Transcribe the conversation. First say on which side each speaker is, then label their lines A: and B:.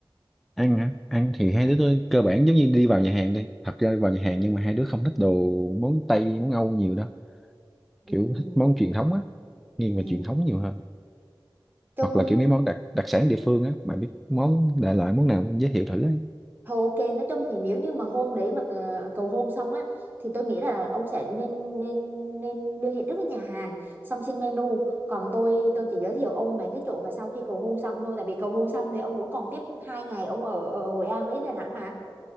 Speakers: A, in the centre; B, on the right.
A: ăn hả ăn thì hai đứa tôi cơ bản giống như đi vào nhà hàng đi thật ra vào nhà hàng nhưng mà hai đứa không thích đồ món Tây món Âu nhiều đâu
B: ừ
A: kiểu thích món truyền thống á nghiêng
B: ừ
A: về truyền thống nhiều hơn
B: chung
A: hoặc là kiểu mấy món đặc đặc sản địa phương á mà biết món đại loại món nào cũng giới thiệu thử á
B: Thôi ok, nói chung thì nếu như mà hôm đấy mà ờ, cầu hôn xong á thì tôi nghĩ là ông sẽ nên nên nên liên hệ trước với nhà hàng xong xin menu. Còn tôi tôi chỉ giới thiệu ông mấy cái chỗ mà sau khi cầu hôn xong thôi tại vì cầu hôn xong thì ông cũng còn tiếp hai ngày ông ở, ở Hội An với Đà Nẵng mà.